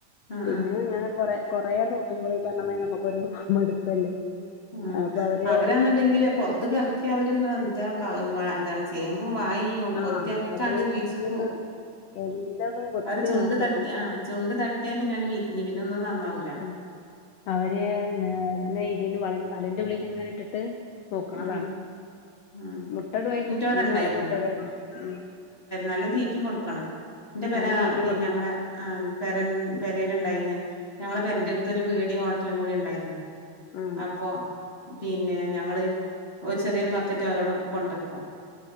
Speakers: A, on the left; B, on the left.
A: ഉം
B: പിന്നെ
A: ഉം
B: അങ്ങനെ പോറ കൊറേ നോക്കുമ്പോൾ ഈ പറണ നമുക്കൊ ഒരു മടുപ്പല്ലേ
A: ഉ
B: അപ്പൊ അവര്
A: അവരാന്നുണ്ടെങ്കില് പുറത്തു ഒക്കെഇറക്കിയാൽ അവര് എന്താ എന്താണ് ചെയ്യ വായും
B: ആഹ്
A: കൊത്തിയൊക്കൊണ്ട്
B: എല്ലേതും
A: വിരിക്കും
B: എല്ലതും കൊത്തി
A: അവര് ചുണ്ട്
B: നാസാക്കും
A: തട്ടിയ ആ ചുണ്ട തട്ടിയാ പിന്നെ വി നീ പിന്ന ഒന്നും നന്നാവൂല
B: ആ അവര് എന്നെ ഇ വ വലന്റെള്ളളി എങ്ങെ ഇട്ടിട്ട് നോക്കണതാണ്
A: ആ ആ
B: മുട്ടടുവായിരുന്നു
A: ഇന്റോടെ
B: മൂന്നാളും
A: ഉണ്ടായിരുന്നു
B: മുട്ടടുവായിരുന്നു ഉം
A: നല്ലാം തീറ്റയും കൊടുക്കണം എന്റെ
B: എന്നാലും
A: പേര
B: തീറ്റയും കൊടുക്കണം
A: ഞങ്ങളെ പേര നഉണ്ടായിരുന്നു ഞങ്ങള്ടെപെടുത്ത്
B: ആഹ്
A: ഒരു പീടിയും, ഹോട്ടലും കൂടിണ്ടണ്ട് ഉണ്ടായിരുന്നു
B: ആഹ്
A: അപ്പൊ പിന്നെ ഞങ്ങള് ഒരു ചെറിയൊരു ബക്കറ്റ് അവരോട് കൊണ്ടെക്കും